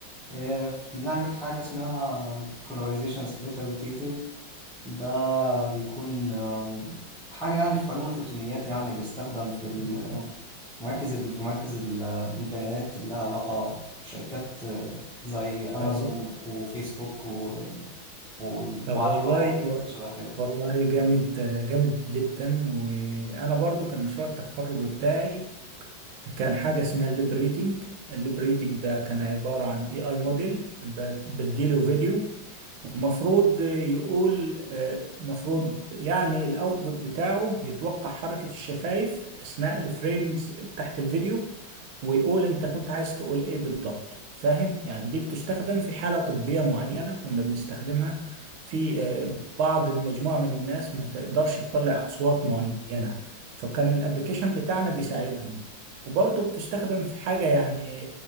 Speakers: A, in the centre; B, on the right.
A: آه، ف- بنعمل حاجه اسمها polarization splitter rotator ده بيكون آم، حاجه يعني في علوم الفوتونيات يعني بيستخدم في ال-
B: آه، آه.
A: في مراكز ال- في مراكز ال- البيانات اللي لها علاقه بشركات آه، زي امازون
B: طب
A: وفيسبوك و وعلي
B: طب والله
A: بابا وشركات شبه كده
B: والله جامد جامد جدا وانا برضو كان مشروع التخرج بتاعي كان حاجه اسمها الليب ريدنج الليب ريدنج ده كان عباره عن اي اي موديل بديله فيديو ومفروض يقول آه، مفروض يعني الاوتبوت بتاعه يتوقع حركة الشفايف اثناء الفريمز تحت الفيديو ويقول انت كنت عايز تقول ايه بالضبط فاهم يعني دي بتستخدم في حالة طبية معينة كنا بنستخدمها في آه، بعض المجموعة من الناس ما تقدرش تطلع اصوات معينة فكان الابليكيشن بتاعنا بيساعدهم وبرضه بتستخدم في حاجة يعني